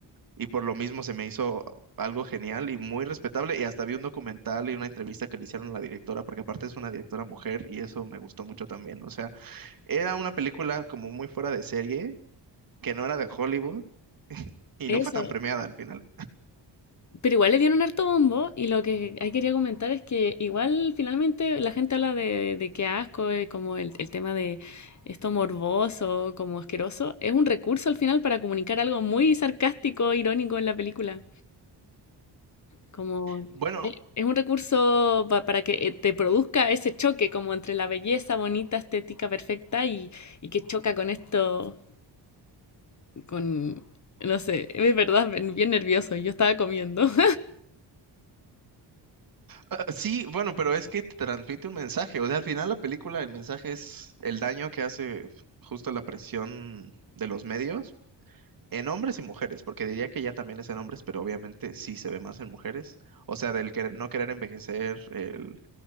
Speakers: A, on the right; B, on the left.
A: y por lo mismo se me hizo algo genial y muy respetable y hasta vi un documental y una entrevista que le hicieron a la directora porque aparte es una directora mujer y eso me gustó mucho también. O sea, era una película como muy fuera de serie que no era de Hollywood y
B: eso,
A: no fue tan premiada al final.
B: Pero igual le dieron harto bombo y lo que ahí quería comentar es que igual finalmente la gente habla de, de que asco, eh, como el, el tema de esto morboso, como asqueroso, es un recurso al final para comunicar algo muy sarcástico, irónico en la película. Como
A: Bueno,
B: eh, es un recurso pa- para que eh, te produzca ese choque como entre la belleza bonita, estética, perfecta y, y que choca con esto, con, no sé, es verdad, bien bien nervioso, yo estaba comiendo. <laughs>
A: Ah, Sí, bueno, pero es que te transmite un mensaje. O sea, al final la película, el mensaje es el daño que hace justo la presión de los medios en hombres y mujeres, porque diría que ya también es en hombres, pero obviamente sí se ve más en mujeres. O sea, del que no querer envejecer, el,